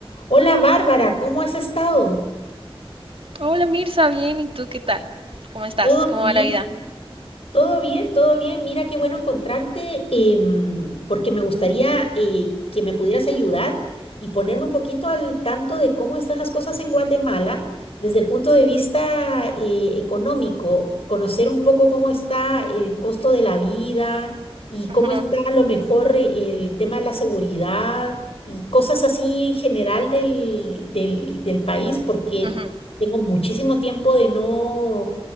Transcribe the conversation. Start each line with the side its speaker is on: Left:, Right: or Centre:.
Left: Hola Bárbara, ¿cómo has estado?
Right: Hola Mirza, bien, ¿y tú qué tal? ¿Cómo estás?
Left: Todo
Right: ¿Cómo
Left: bien,
Right: va la vida?
Left: Todo bien, todo bien. Mira, qué bueno encontrarte, em, porque me gustaría eh, que me pudieras ayudar y ponerme un poquito al tanto de cómo están las cosas en Guatemala desde el punto de vista eh, económico, conocer un poco cómo está el costo de la vida y cómo
Right: Ujú,
Left: está a lo mejor el tema de la seguridad y cosas así en general del, del del país, porque
Right: ujú,
Left: tengo muchísimo tiempo de no